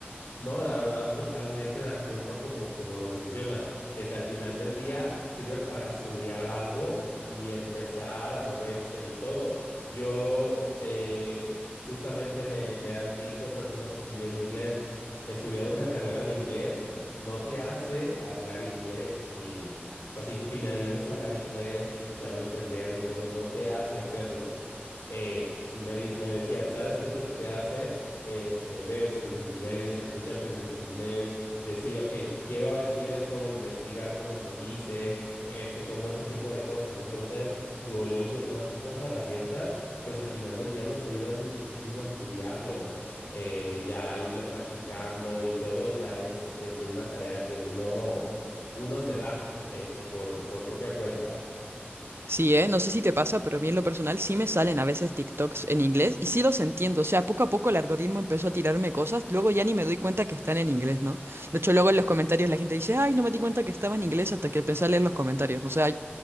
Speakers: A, on the left; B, on the right.
A: No, la verdad, totalmente de acuerdo como, como lo mencionas. Hasta el final del día sirve para estudiar algo y empezar a moverse y todo. Yo, eh, justamente me, me han dicho personas que estudian inglés, estudiar una carrera de inglés no te hace hablar inglés, ni, o sea, si tu finalidad es hablar inglés, escucharlo, entenderlo y todo, no te hace hacerlo eh, me, dis- me decían, ¿sabes qué es lo que te hace? Este, ver series en inglés, escuchar canciones en inglés, decir, ok, quiero decir esto, o investigar cómo se dice, este, como ese tipo de cosas. Entonces, Duolingo y todas esas herramientas, pues al final del día nos ayudan muchísimo a estudiarlo, eh, ya irlo practicando y todo ya es, este, una tarea que uno, uno se da, este, por, por propia cuenta.
B: Sí, ¿eh? No sé si te pasa, pero a mí en lo personal sí me salen a veces TikToks en inglés y sí los entiendo. O sea, poco a poco el algoritmo empezó a tirarme cosas, luego ya ni me doy cuenta que están en inglés, ¿no? De hecho, luego en los comentarios la gente dice, ay, no me di cuenta que estaba en inglés hasta que empecé a leer los comentarios. O sea,